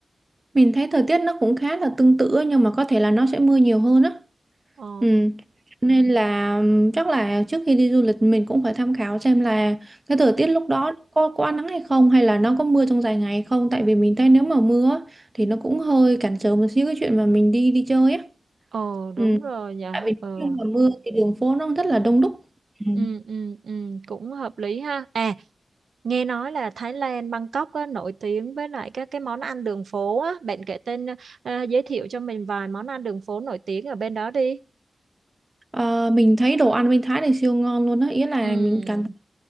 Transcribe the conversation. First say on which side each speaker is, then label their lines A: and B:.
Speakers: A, on the right; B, on the right.
A: Mình thấy thời tiết nó cũng khá là tương tự á, nhưng mà có thể là nó sẽ mưa nhiều hơn á.
B: Ờ.
A: Ừ. Nên là ừm, chắc là trước khi đi du lịch mình cũng phải tham khảo xem là cái thời tiết lúc đó có có nắng hay không hay là nó có mưa trong dài ngày hay không tại vì mình thấy nếu mà mưa á, thì nó cũng hơi cản trở một xíu cái chuyện mà mình đi đi chơi á.
B: Ờ
A: Ừ.
B: đúng rồi nhỉ.
A: Tại vì
B: Ờ.
A: khi mà mưa thì đường phố nó rất là đông đúc. Ừ.
B: Ừ ừ ừ cũng hợp lý ha. À nghe nói là Thái Lan Bangkok á, nổi tiếng với lại các cái món ăn đường phố á, bạn kể tên ờ, ờ, giới thiệu cho mình vài món ăn đường phố nổi tiếng ở bên đó đi.
A: Ờ, mình thấy đồ ăn bên Thái này siêu ngon luôn á ý là
B: Ừ.
A: mình cảm